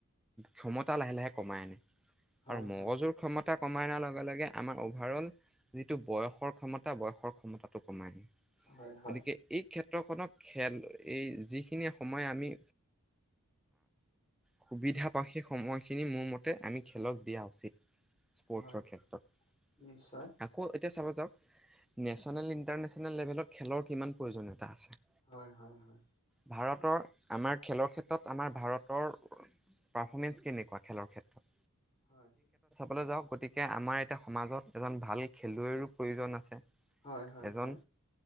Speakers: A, in the centre; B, on the left (about 25°).
A: ক্ষমতা লাহে লাহে কমাই আনে,
B: হয়
A: আৰু মগজুৰ
B: হয়
A: ক্ষমতা কমাই অনাৰ লগে লগে আমাৰ অভাৰ অল যিটো বয়সৰ ক্ষমতা বয়সৰ ক্ষমতাটো কমাই। গতিকে
B: হয় হয়
A: এই ক্ষেত্ৰখনক খেল এই যিখিনি সময় আমি সুবিধা পাওঁ, সেই সময়খিনি মোৰ মতে আমি খেলক দিয়া উচিত। স্পৰ্টছৰ
B: হয়
A: ক্ষেত্ৰত।
B: নিশ্চয়
A: আকৌ এতিয়া চাব যাওক, নেশ্যনেল, ইণ্টাৰনেশ্যনেল লেভেলত খেলৰ কিমান প্ৰয়োজনীয়তা আছে।
B: হয়, হয়, হয়।
A: ভাৰতৰ আমাৰ, খেলৰ ক্ষেত্ৰত আমাৰ ভাৰতৰ পাৰফৰ্মেঞ্চ কেনেকুৱা খেল ক্ষেত্ৰত?
B: হয়।
A: যাওক গতিকে আমাৰ এতিয়া সমাজত এজন ভাল খেলুৱৈৰো প্ৰয়োজন আছে।
B: হয় হয়
A: এজন
B: হয়